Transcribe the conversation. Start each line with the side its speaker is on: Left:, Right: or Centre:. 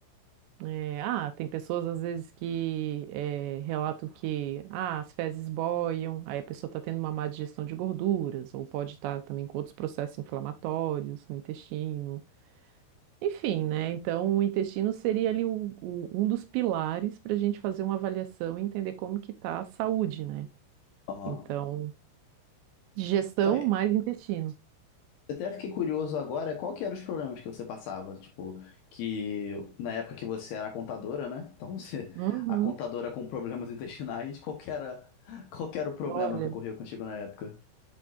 Right: É, ah, tem pessoas às vezes que eh, relatam que ah, as fezes boiam, aí a pessoa está tendo uma má digestão de gorduras, ou pode estar também com outros processos inflamatórios no intestino. Enfim, né? Então, o intestino seria ali o- o- um dos pilares para a gente fazer uma avaliação e entender como que está a saúde, né?
Left: aham.
Right: Então, digestão
Left: Não,
Right: mais intestino.
Left: Até fiquei curioso agora, qual que eram os problemas que você passava? Tipo, que na época que você era contadora, né? Então, <laughs> você,
Right: Uhum.
Left: a contadora com problemas <laughs> intestinais, qual que era, qual que era o problema
Right: Olha.
Left: que ocorreu contigo na época?